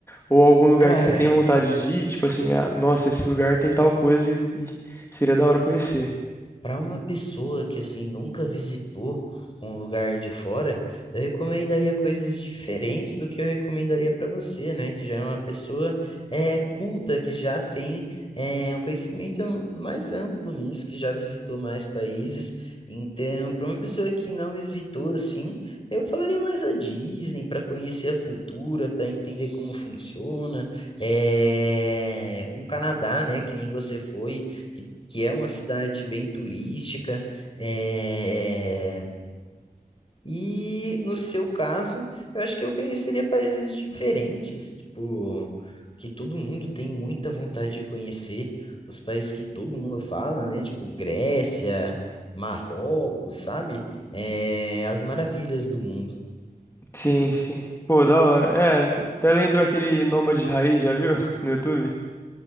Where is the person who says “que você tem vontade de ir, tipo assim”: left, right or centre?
Left